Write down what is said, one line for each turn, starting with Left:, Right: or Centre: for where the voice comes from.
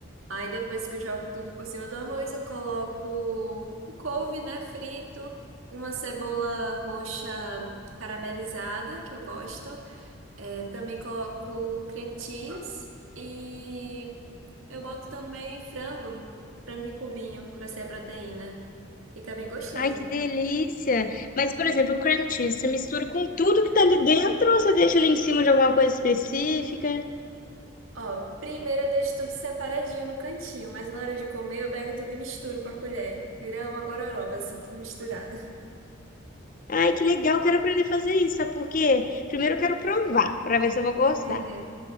Right: Aí depois que eu jogo tudo por cima do arroz, eu coloco um couve, né, frito, uma cebola roxa caramelizada, que eu gosto. É, também coloco cream cheese e eu boto também frango, frango em cubinho, pra ser a proteína. Fica bem gostoso.
Left: Ai, que delícia! Mas, por exemplo, o cream cheese, você mistura com tudo que tá ali dentro ou você deixa ele em cima de alguma coisa específica?
Right: Ó, primeiro eu deixo tudo separadinho no cantinho, mas na hora de comer eu pego tudo e misturo com a colher. Vira uma gororoba, assim, tudo misturado.
Left: Ai, que legal, quero aprender a fazer isso, sabe por quê? Primeiro eu quero provar, para ver se eu vou gostar.
Right: Uhum.